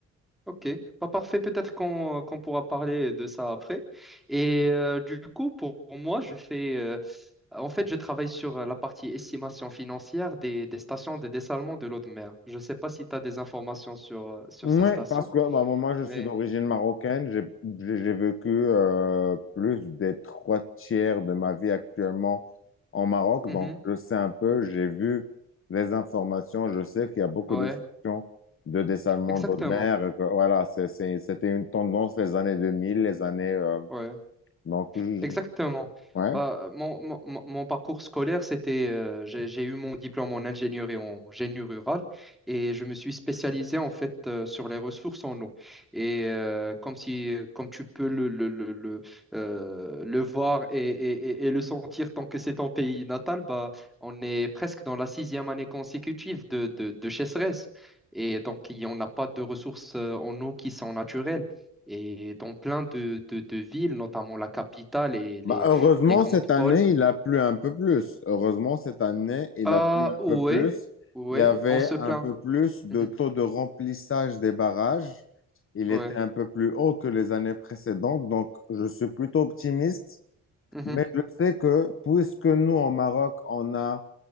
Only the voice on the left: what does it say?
Oui,
parce que bah, moi, moi, je
suis d'origine marocaine. J'ai j'ai- j'ai vécu euh, plus des trois tiers de ma vie actuellement en Maroc.
Donc, je sais un peu, j'ai vu les informations. Je sais qu'il y a beaucoup
de stations de dessalement
d'eau de mer. et que, voilà, c'est- c'est- c'était une tendance les années 2000, les années. euh,
donc, je-
je- ouais.
Bah, heureusement,
cette
année, il a plu un peu plus. Heureusement, cette année, il
a plu un
peu plus.
Il y avait
un peu plus de
taux de remplissage des barrages. Il
était un peu plus haut que les années précédentes, donc je suis plutôt optimiste.
Mais je sais que puisque nous, en Maroc, on a